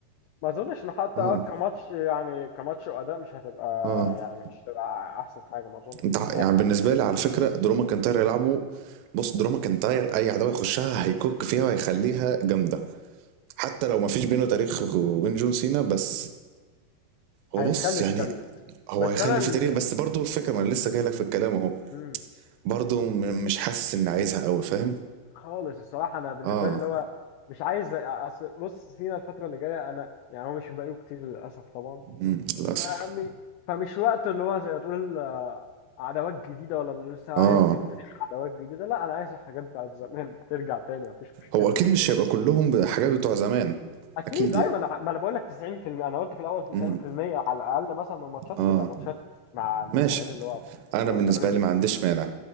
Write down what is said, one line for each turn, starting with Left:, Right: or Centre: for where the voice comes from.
Left: ما اظنش انه حتى
Right: اه
Left: اه كماتش يعني كماتش واداء مش هتبقى
Right: اه
Left: يعني مش هتبقى احسن حاجه ما اظنش
Right: انت
Left: الصراحه
Right: ع- يعني بالنسبة
Left: يعني.
Right: لي على فكرة درو ماكنتاير يلعبوا بص درو ماكنتاير اي عداوة يخشها هيكوك فيها وهيخليها جامدة حتى لو ما فيش بينه تاريخ وين جون سينا بس هو
Left: هيخلي
Right: بص يعني
Left: فيه تاريخ
Right: هو
Left: بس
Right: هيخلي
Left: انا ال...
Right: في تاريخ بس برضه الفكرة ما انا لسه جاي لك في الكلام اهو
Left: مم.
Right: برضه م- مش حاسس اني عايزها قوي فاهم
Left: خالص الصراحه انا بالنسبه
Right: اه
Left: لي اللي هو مش عايز أ- أصل بص سينا الفتره اللي جايه انا يعني هو مش بقاله كتير للاسف طبعا
Right: امم للاسف
Left: آه، م- فمش وقته اللي هو زي ما تقول آه، عداوات جديده ولا اللي لسه
Right: اه
Left: هيكتب تاريخ عداوات جديده لا انا عايز الحاجات بتاعت زمان ترجع تاني مفيش مشكله
Right: هو اكيد مش هيبقى كلهم حاجات بتوع زمان
Left: اكيد
Right: اكيد
Left: ايوه
Right: يعني
Left: ما انا ما انا بقول لك 90% انا قلت في الاول 90%
Right: امم
Left: على الاقل مثلا من ماتشاته
Right: اه
Left: تبقى ماتشات مع المصارعين
Right: ماشي
Left: اللي هو
Right: انا
Left: بتوع
Right: بالنسبة
Left: زمان اللي
Right: لي ما
Left: لسه
Right: عنديش
Left: موجودين
Right: مانع